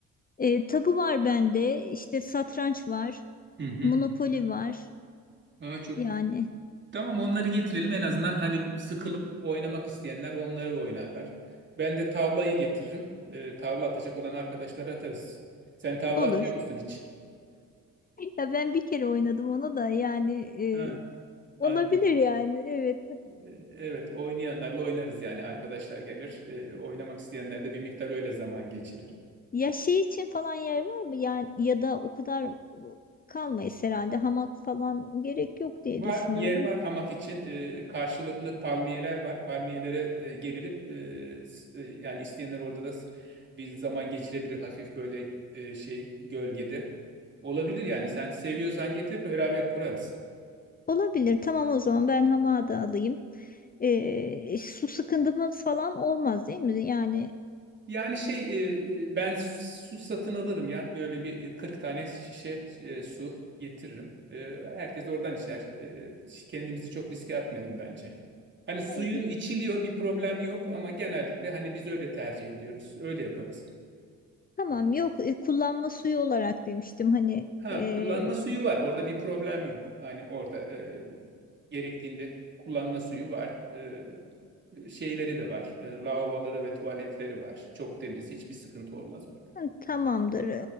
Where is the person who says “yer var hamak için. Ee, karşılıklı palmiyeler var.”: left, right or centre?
Right